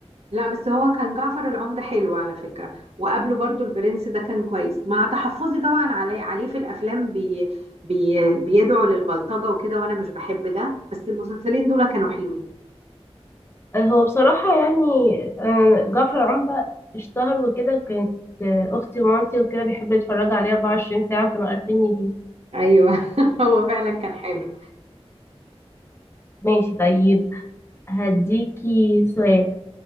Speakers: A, on the right; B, on the left.
A: لا بس هو كان جعفر العمدة حلو على فكره وقبله برضو البرنس ده كان كويس مع تحفظي طبعا علي عليه في الافلام بي... بي... بيدعو للبلطجه وكده وانا مش بحب ده بس المسلسلين دول كانوا حلوين
B: آه، هو بصراحة يعني آه، جعفر العمدة اشتهر وكده كانت آه، اختي ومامتي وكده بيحبوا يتفرجوا عليه 24 ساعة وكانوا عارفيني بيه
A: ايوه <laughs> هو فعلا كان حلو
B: ماشي طيب هديكي سؤال